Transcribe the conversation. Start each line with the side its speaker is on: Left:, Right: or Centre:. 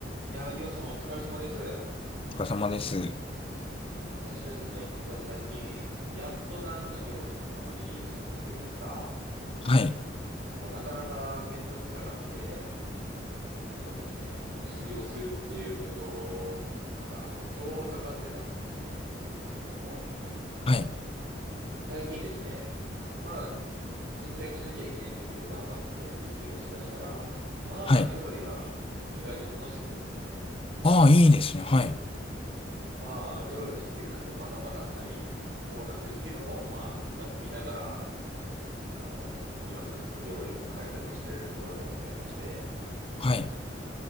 Right: いやー、りょうさんお疲れ様です。
Left: お疲れ様です。
Right: 私ですね、実は最近、やっとなんか料理にはまり始めたと言いますか、
Left: はい。
Right: もうなかなかめんどくさがって、そうですね、もう自炊をするっていうことから、こう、遠ざかってたんですけども、
Left: はい。
Right: 最近ですね、まあ、節約しなきゃいけないということで頑張って自炊をしだしたら、まあ、
Left: はい。
Right: 料理が意外と楽しくてですね、
Left: ああ、いいですね。はい。
Right: まあ、料理のスキルなんてまだまだない方なんですけども、まあ、下手っぴながらにも、あの、いろんなちょっと料理を開拓しているところでございまして、
Left: はい。